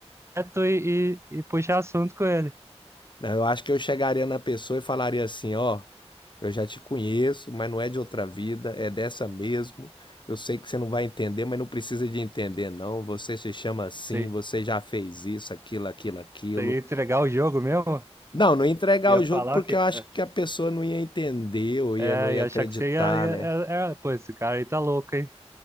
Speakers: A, on the right; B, on the left.
A: direto e, e, e puxar assunto com ele.
B: Não, eu acho que eu chegaria na pessoa e falaria assim: Ó, eu já te conheço, mas não é de outra vida, é dessa mesmo. Eu sei que você não vai entender, mas não precisa de entender, não. Você se chama assim,
A: Você,
B: você já fez isso, aquilo, aquilo, aquilo.
A: você ia entregar o jogo mesmo,
B: Não, não ia entregar
A: ia
B: o
A: falar
B: jogo porque
A: o quê?
B: eu acho
A: É,
B: que a pessoa não ia entender ou ia,
A: é,
B: não ia
A: ia
B: acreditar,
A: achar que você ia, ia,
B: né?
A: é, é, pô, esse cara aí tá louco, hein?